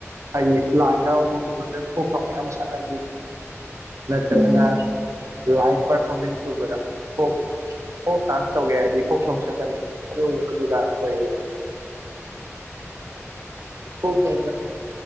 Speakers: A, on the right; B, in the centre.
A: ꯍꯥꯏ ꯂꯥꯏꯥꯎ ꯄꯒ꯭ꯔꯥꯎ ꯃꯌꯥꯝ ꯆꯅꯤ ꯅꯠꯇꯕꯅ
B: ꯎꯝ
A: ꯂꯥꯏꯚ ꯄꯔꯐꯣꯔꯃꯦꯟꯁ ꯎꯕꯗ ꯐ ꯐꯣꯛ ꯗꯥꯟꯁ ꯇꯧꯒꯦ ꯍꯥꯏꯔꯗꯤ ꯐꯣꯛ ꯁꯣꯡ ꯁꯛꯀꯅꯤ ꯑꯗꯨ ꯑꯗꯨꯗ ꯑꯣꯏꯌꯦ ꯑꯗꯨ
B: <unintelligible> <inaudible>
A: ꯄꯁ